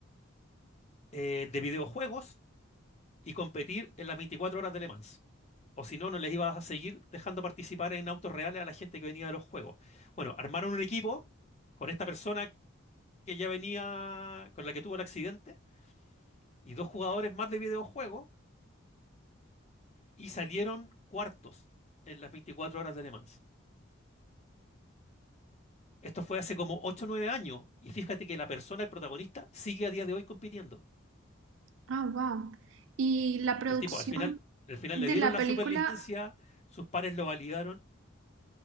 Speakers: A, on the left; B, on the right.
A: eh, de videojuegos y competir en las 24 horas de Le Mans. O si no, no les ibas a seguir dejando participar en autos reales a la gente que venía de los juegos. Bueno, armaron un equipo con esta persona que ya venía, con la que tuvo el accidente, y dos jugadores más de videojuegos, y salieron cuartos en las 24 horas de Le Mans. Esto fue hace como ocho o 9 años, y fíjate que la persona, el protagonista, sigue a día de hoy compitiendo.
B: Ah, wow. ¿Y la producción
A: El tipo, al final, al final
B: de
A: le dieron
B: la
A: la
B: película,
A: superlicencia, sus pares lo validaron.